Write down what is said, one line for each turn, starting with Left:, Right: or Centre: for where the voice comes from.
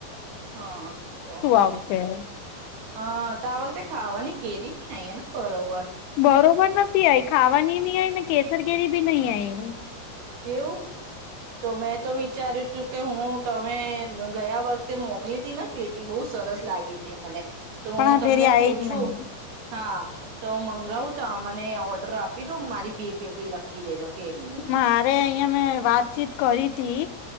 Right: હા તો
Left: આવ છે
Right: હા તો આ વખતે ખાવાની કેરીબી ના આઈ ને બરોબર
Left: બરોબર નથી આઈ ખાવાની ની આ ને કેસર કેરી બી નહી આય
Right: એવું તો મેં તો વિચાર્યું જો કે હું તમે ગયા વખતે મોકલી હતી ને પેટી બહુ સરસ લાગી હતી મને તો હું
Left: પણ આ
Right: તમને
Left: ફેરી આઈ
Right: પૂછું
Left: જ નહી
Right: હા તો હું મંગાવું તો મને ઓર્ડર આપી દઉં મારી બે પેટી લખી દેજો કેરીની
Left: મારે અમે વાતચીત કરી હતી ઈ